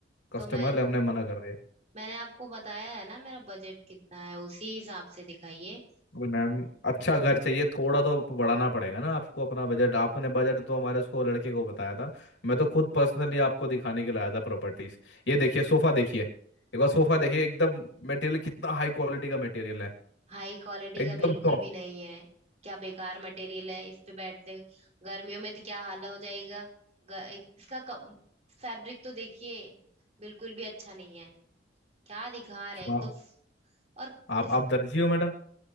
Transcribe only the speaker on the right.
तो मैं
मैंने आपको बताया है ना मेरा बजट कितना है उसी हिसाब से दिखाइए
हाई क्वालिटी
का बिल्कुल
भी नहीं है क्या बेकार मटेरियल है इस पे बैठते गर्मियों में तो क्या हाल हो जाएगा ग, इसका फैब्रिक तो देखिए बिल्कुल भी अच्छा नहीं है क्या दिखा रहे हैं
तो और
इस